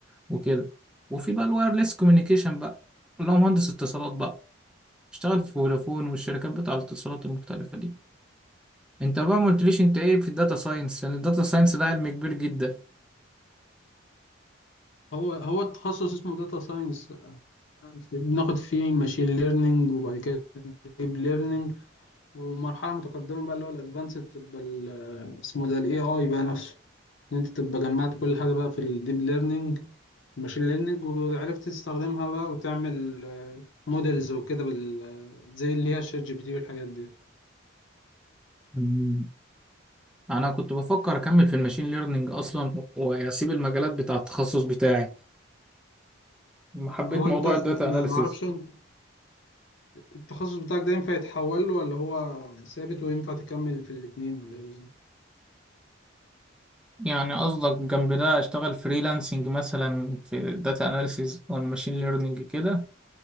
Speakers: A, in the centre; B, on the left (about 65°).
A: وكده وفي بقى الوايرلس كوميونيكيشن بقى اللي هو مهندس اتصالات بقى اشتغل في فودافون والشركات بتاع الاتصالات المختلفة دي انت بقى ما قلتليش انت ايه في الداتا ساينس لان الداتا ساينس ده علم كبير جدا
B: هو هو التخصص اسمه داتا ساينس بناخد فيه ماشين ليرنينج وبعد كده ديب ليرنينج ومرحلة متقدمة بقى اللي هو الادفانسد تبقى ال- اسمه ده الاي اي بقى نفسه ان انت تبقى جمعت كل حاجة بقى في الديب ليرنينج الماشين ليرنينج وعرفت تستخدمها بقى وتعمل موديلز وكده بال آه، زي اللي هي شات جي بي تي والحاجات دي
A: مم. انا كنت بفكر اكمل في الماشين ليرنينج اصلا واسيب المجالات بتاع التخصص بتاعي حبيت
B: هو
A: موضوع
B: انت
A: الداتا
B: ما
A: اناليسيز
B: معرفش انت التخصص بتاعك ده ينفع يتحول له ولا هو ثابت وينفع تكمل في الاتنين ولا ايه بالظبط
A: يعني قصدك جنب ده اشتغل فريلانسنج مثلا في داتا اناليسيز والماشين ليرنينج كده